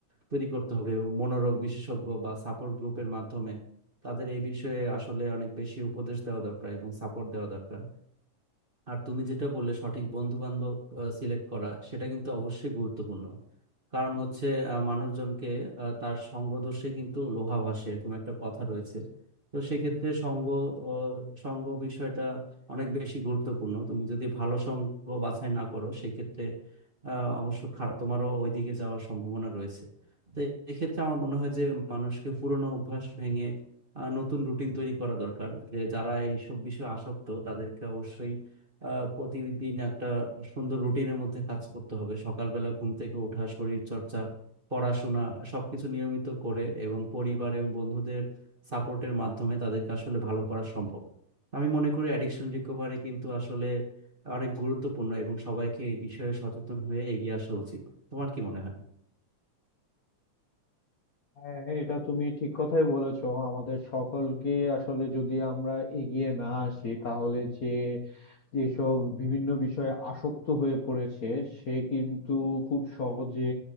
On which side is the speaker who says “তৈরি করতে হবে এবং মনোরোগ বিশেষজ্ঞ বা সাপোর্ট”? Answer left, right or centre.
Right